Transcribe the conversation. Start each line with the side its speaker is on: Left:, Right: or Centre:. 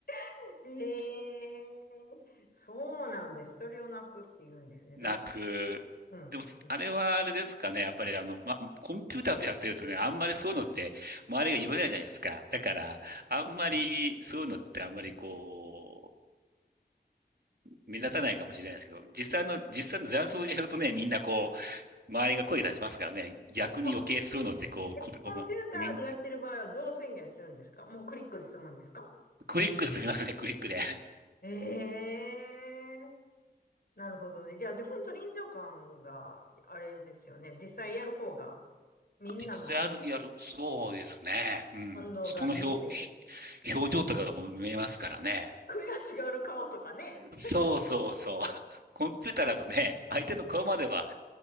Left: <laughs> ええー、そうなんです。それをなくって言うんですね。
Right: なく。
Left: でも、うん。
Right: でも、
Left: うん
Right: あれはあれですかね。やっぱりあの、ま、コンピューターでやってるとね、あんまりそういうのって周りが言わないじゃないですか。だから、あんまりそういうのってあんまりこう、目立たないかもしれないですけど、実際の、実際の雀荘でやるとね、みんなこう、周りが声出しますからね、逆に余計そういうのってこう、
Left: あ、えコンピューターでやってる場合はどう宣言するんですかもうクリックでするんですか
Right: こ、おま認知、クリックで済みますね、クリックで。
Left: ええなるほどね。じゃあ、で、本当臨場感があれですよね。実際やる方が、みんなの
Right: <laughs> いつつやる、やる、そうですね。
Left: うん
Right: うん。
Left: 反応が見れて、
Right: 人の表、ひ表情とかがもう見えますからね。
Left: 悔しがる顔とかね。
Right: そうそうそう。コンピューターだとね、相手の顔までは、